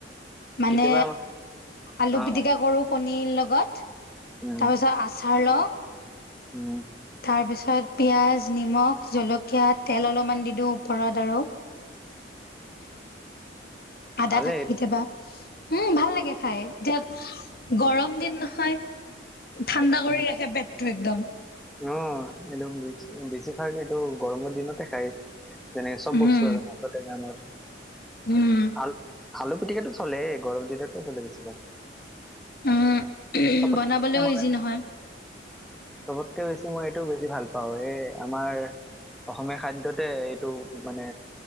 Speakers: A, on the left; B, in the centre.
A: মানে,
B: কেতিয়াবা
A: আলু
B: অ
A: পিটিকা কৰো কণীৰ লগত।
B: উম
A: তাৰ পিছত আচাৰ লওঁ
B: উম।
A: তাৰ পিছত পিয়াজ, নিমখ, জলকীয়া তেল অলপমান দি দিওঁ ওপৰত আৰু
B: <inaudible>
A: আদা
B: ভালেই
A: থাকে
B: এইটো
A: কেতিয়াবা উম, ভাল লাগে খাই। এতিয়া গৰম দিন নহয় ঠাণ্ডা
B: অ
A: কৰি ৰাখে পেটটো একদম।
B: অ', এইটো বেছ বেছিভাগ এইটো গৰমৰ দিনতে খাই। যেনে চব
A: উম
B: বস্তু আৰু মাছৰ টেঙা মাছ।
A: উম।
B: আল-আলু পিটিকটো চলে গৰম দিনতে চলে বেছিভাগ।
A: উম,
B: চবতকে
A: বনাবলৈও
B: বেছি মই
A: ইজি নহয়।
B: চবতকে বেছি মই এইটো বেছি ভাল পাওঁ, এই আমাৰ অসমীয়া খাদ্যতে এইটো মানে